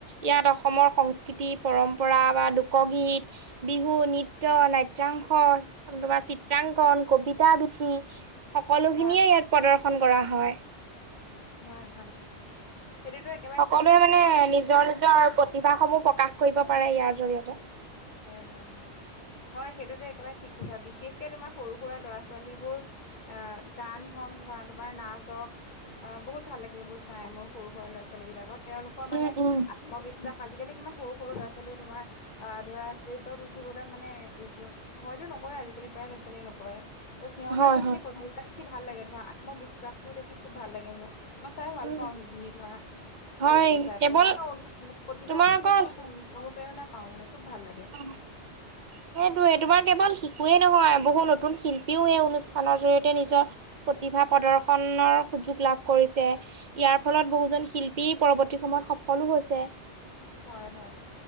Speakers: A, on the right; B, on the left.
A: ইয়াত অসমৰ সংস্কৃ, তি পৰম্পৰা বা লোকগীত বিহু, নৃত্য, নাট্যাংশ, তোমাৰ চিত্ৰাংকন, কবিতা আবৃত্তি সকলোখিনিয়ে
B: হয়
A: ইয়াত প্ৰদৰ্শন কৰা হয়।
B: হয়, হয়। সেইটোতো এ
A: সকলোৱে মানে নিজৰ নিজৰ প্ৰতিভাস সমূহ প্ৰকাশ কৰিব পাৰে ইয়াৰ জৰিয়তে।
B: হয়, হয়। হয়, সেইটোতো একেবাৰে ঠিক কথা বিশেষকে তোমাৰ সৰু সুৰা ল'ৰা ছোৱালীবোৰ অ, গান হওঁক ধৰা তোমাৰ নাচ হওক অ, বহুত ভাল লাগে এইবোৰ চাই মোক সৰু সুৰা লৰা ছোৱালী বিলাকৰ তেওঁলোকৰ মানে
A: উম উম
B: মই বিশ্বাস আজিকালি কিমান সৰু সৰু ল'ৰা ছোৱালী তোমাৰ, আহ ধৰা ষ্টেজত উঠিবলৈ মানে ভয়তো নকৰে আজিকালি প্ৰায় ল'ৰা ছোৱালীয়ে নকৰে। ত' সিহঁতৰ
A: হয়
B: সেইখিন
A: হয়।
B: <unintelligible> দেখি ভাল লাগে ধৰা আত্মবিশ্বাস টো দেখি খুব ভাল লাগে মোৰ। মই চাই ভাল
A: উম
B: পাওঁ সেইখিনি ধৰা ভাল
A: হয়
B: লাগে চাই <unintelligible>
A: কেৱল
B: প্ৰতিভা
A: তোমাৰ
B: খিনি
A: আকৌ
B: দেখিব মানে <unintelligible> প্ৰেৰণা পাওঁ মানে খুব ভাল লাগে।
A: <unintelligible> সেইটোৱে তোমাৰ কেৱল শিশুৱেই নহয় বহু নতুন শিল্পীও এই অনুষ্ঠানৰ জৰিয়তে নিজৰ প্ৰতিভা প্ৰদৰ্শনৰ সুযোগ লাভ কৰিছে। ইয়াৰ ফলত বহুজন শিল্পী পৰৱৰ্তী সময়ত সফলোঁ হৈছে।
B: হয়, হয়।